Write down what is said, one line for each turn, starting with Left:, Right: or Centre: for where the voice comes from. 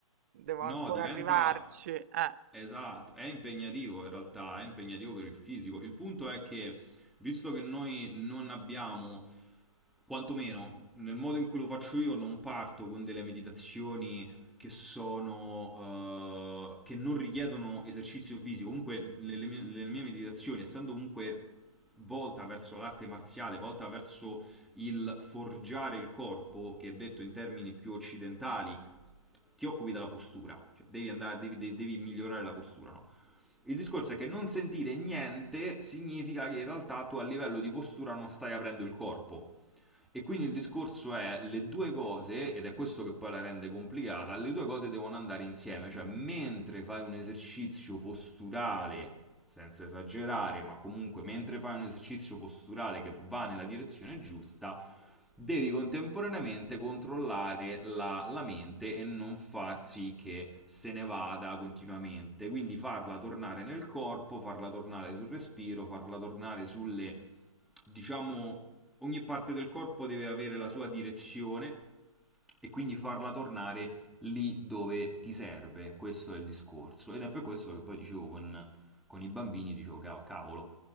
Right: devo
Centre: No,
Right: ancora
Centre: diventa...
Right: arrivarci. Eh,
Centre: Esatto, è impegnativo in realtà, è impegnativo per il fisico. Il punto è che, visto che noi non abbiamo, quantomeno nel modo in cui lo faccio io, non parto con delle meditazioni che sono eh, che non richiedono esercizio fisico. Comunque, nelle mie, nelle mie meditazioni, essendo comunque volta verso l'arte marziale, volta verso il forgiare il corpo, che detto in termini più occidentali ti occupi della postura, cioè devi, andare, devi, de- devi migliorare la postura. No? Il discorso è che non sentire niente significa che in realtà tu a livello di postura non stai aprendo il corpo. E quindi il discorso è le due cose, ed è questo che poi la rende complicata, le due cose devono andare insieme, cioè mentre fai un esercizio posturale, senza esagerare, ma comunque mentre fai un esercizio posturale che va nella direzione giusta, devi contemporaneamente controllare la, la mente e non far sì che se ne vada continuamente, quindi farla tornare nel corpo, farla tornare sul respiro, farla tornare sulle diciamo, ogni parte del corpo deve avere la sua direzione e quindi farla tornare lì dove ti serve. Questo è il discorso. Ed è per questo che poi dicevo con, con i bambini, dicevo, "Ca- cavolo,